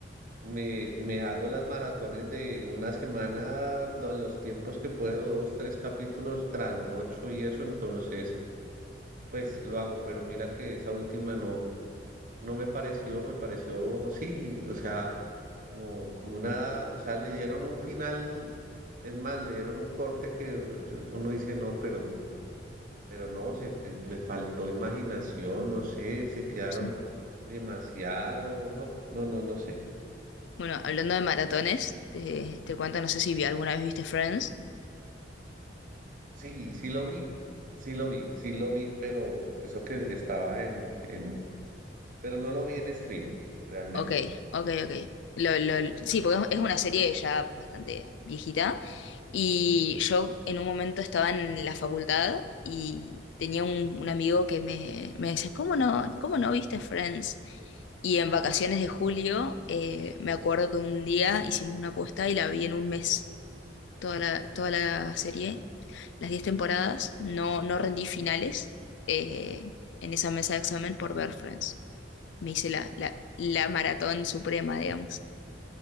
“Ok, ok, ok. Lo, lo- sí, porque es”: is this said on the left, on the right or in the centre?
Left